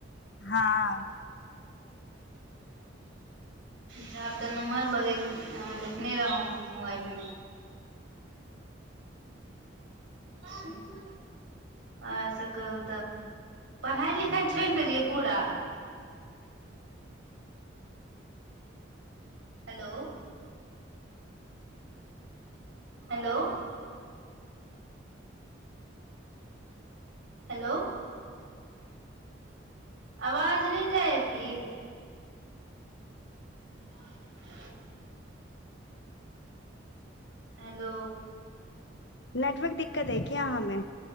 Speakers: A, on the left; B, on the right.
A: हँ
B: छ आब तऽ नमहर भऽ गेल हम देखने रहौं मोबाइलमें अचा <unintelligible> ओर सब कहु तब पढ़ाई लिखाई छोइड़ देलियै पूरा हेलो हेलो हेलो वाज नय जाय है की ह <unintelligible> हेलो
A: नेटवर्क दिक्कत अय की अहाँ में